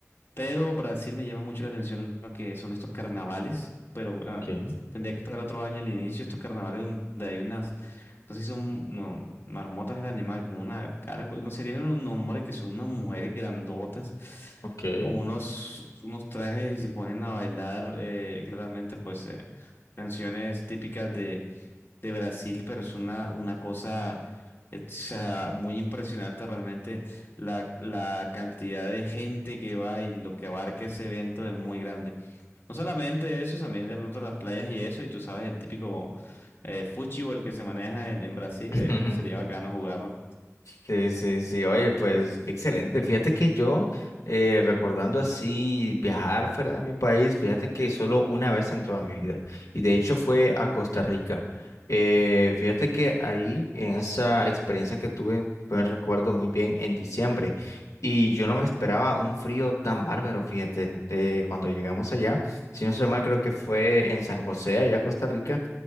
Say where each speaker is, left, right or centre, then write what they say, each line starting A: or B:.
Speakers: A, on the left; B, on the left.
A: Pero Brasil me llama mucho la atención lo que son estos carnavales, pero bueno,
B: Okay,
A: tendría que esperar otro año el inicio, estos carnavales donde hay unas, no sé si son no, marmotas del animal, como una gárgola, no sé, tienen un nombre que son unas mujeres grandotas,
B: okay.
A: con unos, unos trajes y se ponen a bailar, eh, claramente pues eh, canciones típicas de Brasil, pero es una, una cosa eh, o sea, muy impresionante realmente la, la cantidad de gente que va y lo que abarca ese evento es muy grande. No solamente eso, también de pronto las playas y eso, y tú sabes el típico eh, fútbol que se maneja en, en Brasil,
B: <laughs>
A: eh, sería bacano jugarlo.
B: Sí, sí, sí, oye, pues qué excelente. Fíjate que yo, eh, recordando así viajar fuera de mi país, fíjate que solo una vez en toda mi vida, y de hecho fue a Costa Rica. Eh, fíjate que ahí, en esa experiencia que tuve, fue, recuerdo muy bien, en diciembre, y yo no me esperaba un frío tan bárbaro, fíjate, en- eh, cuando llegamos allá, si no soy mal, creo que fue en San José, allá a Costa Rica.